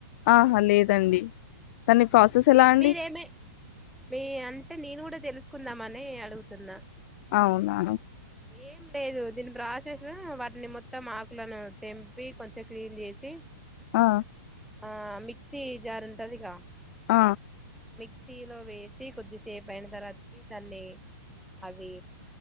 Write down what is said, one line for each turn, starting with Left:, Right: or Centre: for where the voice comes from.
Left: ఆహా లేదండి దాని ప్రాసెస్ ఎలా అండి
Centre: మీరేమే మీ అంటే నేను కూడా తెలుసుకుందామని అడుగుతున్నా
Left: అవునా
Centre: ఏం లేదు దీని ప్రాసెసు వాటిని మొత్తం ఆకులను తెంపి కొంచెం క్లీన్ చేసి
Left: ఆ
Centre: ఆ మిక్సీ జార్ ఉంటదిగా
Left: ఆ
Centre: మిక్సీలో వేసి కొద్దిసేపు అయిన తర్వాతకి దాన్ని అది